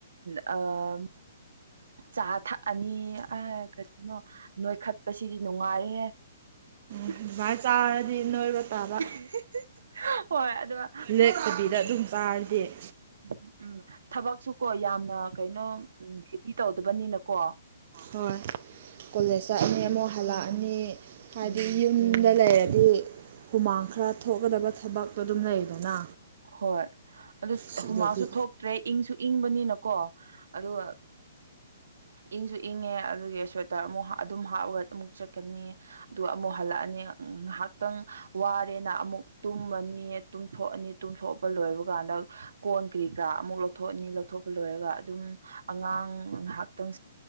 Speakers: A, on the right; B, on the right.
A: ꯑ ꯆꯥ ꯊꯛꯑꯅꯤ ꯑ ꯀꯔꯤꯅꯣ ꯅꯣꯏꯈꯠꯄꯁꯤꯗꯤ ꯅꯨꯡꯉꯥꯏꯔꯍꯦ <unintelligible>
B: ꯑꯗꯨꯃꯥꯏꯅ ꯆꯥꯔꯗꯤ ꯅꯣꯏꯕ ꯇꯥꯕ
A: <unintelligible> ꯍꯣꯏ ꯑꯗꯨꯒ
B: ꯂꯦꯛꯛꯇꯕꯤꯗ ꯑꯗꯨꯝ ꯄꯥꯔꯗꯤ
A: ꯎꯝ ꯎꯝ ꯊꯕꯛꯁꯨ ꯀꯣ ꯌꯥꯝꯅ ꯀꯩꯅꯣ ꯎꯝ ꯇꯧꯗꯕꯅꯤꯅꯀꯣ
B: ꯍꯣꯏ ꯀꯣꯂꯦꯖ ꯆꯠꯂꯅꯤ
A: ꯑꯗꯨꯝ
B: ꯑꯃꯨꯛ ꯍꯜꯂꯛꯑꯅꯤ ꯍꯥꯏꯗꯤ
A: ꯎꯝ
B: ꯌꯨꯝꯗ ꯂꯩꯔꯗꯤ ꯍꯥꯏꯗꯤ ꯍꯨꯃꯥꯡ ꯈꯔ ꯊꯣꯛꯀꯗꯕ ꯊꯕꯛꯇꯣ ꯑꯗꯨꯝ ꯂꯩꯗꯅ
A: ꯍꯣꯏ ꯑꯗꯨ
B: ꯁꯤꯗꯗꯤ
A: ꯍꯨꯃꯥꯡꯁꯨ ꯊꯣꯛꯇ꯭ꯔꯦ ꯏꯪꯁꯨ ꯏꯪꯕꯅꯤꯅꯀꯣ ꯑꯗꯨꯒ ꯏꯪꯁꯨ ꯏꯪꯉꯦ ꯑꯗꯨꯒꯤ ꯁ꯭ꯋꯦꯇꯔ ꯑꯃꯨꯛ ꯑꯗꯨꯝ ꯍꯥꯞꯄꯒ ꯑꯃꯨꯛ ꯆꯠꯀꯅꯤ ꯑꯗꯨꯒ ꯑꯃꯨꯛ ꯍꯜꯂꯛꯑꯅꯤ ꯉꯥꯏꯍꯥꯛꯇꯪ ꯋꯥꯔꯦꯅ ꯑꯃꯨꯛ ꯇꯨꯝꯃꯅꯤ ꯇꯨꯝꯊꯣꯛꯑꯅꯤ ꯇꯨꯝꯊꯣꯛꯄ ꯂꯣꯏꯕ ꯀꯥꯟꯗ ꯀꯣꯟ ꯀꯔꯤ ꯀꯔꯥ ꯑꯃꯨꯛ ꯂꯧꯊꯣꯛꯑꯅꯤ ꯂꯧꯊꯣꯛꯄ ꯂꯣꯏꯔꯒ ꯑꯗꯨꯝ ꯑꯉꯥꯡ ꯉꯥꯏꯍꯥꯛꯇꯪ